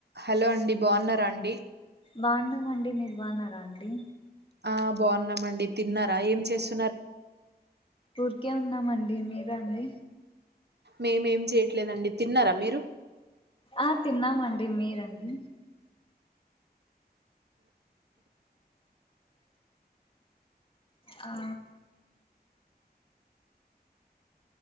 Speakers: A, on the right; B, on the left.
A: హలో అండి బాగున్నారా అండి
B: బాగున్నామండి మీరు బాగున్నారా అండి
A: ఆ బాగున్నామండి తిన్నారా ఏం చేస్త
B: ఊరికే ఉన్నామండి అడి మీరా అండి
A: మేమేం చేయట్లేదండి తిన్నారా మీరు
B: ఆ తిన్నామండి డి మీరండి ఆ